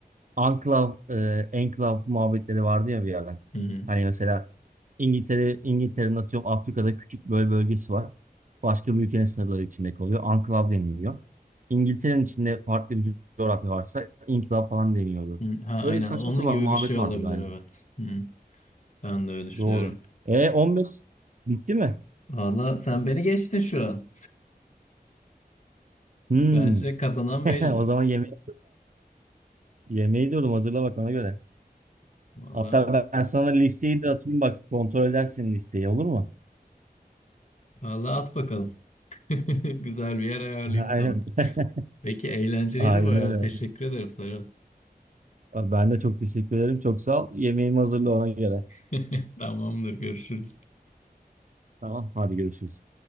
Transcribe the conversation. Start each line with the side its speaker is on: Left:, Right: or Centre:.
Right: Anklav, e, enklav muhabbetleri vardı ya bir yerden.
Left: Hı hı.
Right: Hani mesela İngiltere, İngiltere'nin atıyorum Afrika'da küçük böyle bölgesi var. Başka bir ülkenin sınırları içinde kalıyor. Anklav deniliyor. İngiltere'nin içinde farklı bir coğrafya varsa enklav falan deniyordu.
Left: Hı, Ha, aynen
Right: Öyle saçma
Left: onun
Right: sapan
Left: gibi
Right: muhabbet
Left: bir şey
Right: vardı
Left: olabilir
Right: galiba.
Left: evet. Hı. Ben de öyle düşünüyorum.
Right: Doğru. E 15 bitti mi?
Left: Valla sen beni geçtin şu an.
Right: Hmm.
Left: Bence kazanan
Right: <laughs>
Left: belli.
Right: O zaman yemeği yemeği diyorum hazırla bak ona göre.
Left: Vallahi
Right: Hatta ben sana listeyi de atayım bak kontrol edersin listeyi olur mu?
Left: vallahi at bakalım. <laughs> Güzel bir yer ayarlayayım
Right: <laughs> Aynen.
Left: sana.
Right: <laughs>
Left: Peki eğlenceliydi
Right: Aynen
Left: bayağı.
Right: öyle.
Left: Teşekkür ederim Serhat.
Right: Ben de çok teşekkür ederim. Çok sağ ol. Yemeğimi hazırla ona göre.
Left: <laughs> Tamamdır, görüşürüz.
Right: Tamam. Hadi görüşürüz.